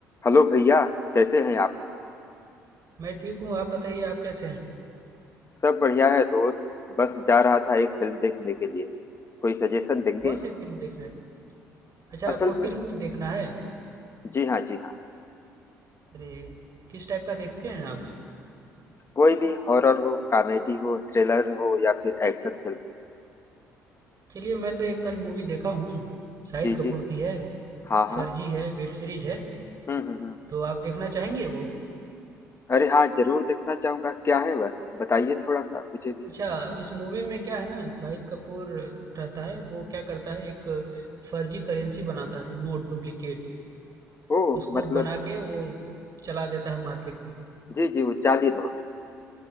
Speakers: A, on the left; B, on the right.
A: Hello भैया कैसे हैं आप
B: मैं ठीक हूँ आप बताइए आप कैसे हैं
A: सब बढ़िया है दोस्त बस जा रहा था एक फिल्म देखने के लिए कोई सजेशन देंगे
B: कौन सी फिल्म देख रहे हैं अच्छा आपको
A: असल में
B: फिल्म देखना है
A: जी हाँ जी हाँ
B: अरे किस टाइप का देखते हैं आप
A: कोई भी हॉरर हो कॉमेडी हो थ्रिलर हो या फिर एक्शन फिल्म
B: चलिए मैं तो एक कल मूवी देखा हूँ शाहिद
A: जी
B: कपूर
A: जी
B: की है
A: हाँ हाँ
B: फर्जी है वेब सीरीज है
A: हम्म हम्म हम्म
B: तो आप देखना चाहेंगे वो
A: अरे हाँ जरूर देखना चाहूंगा क्या है वह बताइए थोड़ा सा मुझे भी
B: अच्छा इस मूवी में क्या है ना शाहिद कपूर रहता है वो क्या करता है एक फर्जी करेंसी बनाता है नोट डुप्लीकेट
A: ओ
B: उसको
A: मतलब
B: बना के वो चला देता है मार्केट में
A: जी जी वो चार्ली नॉट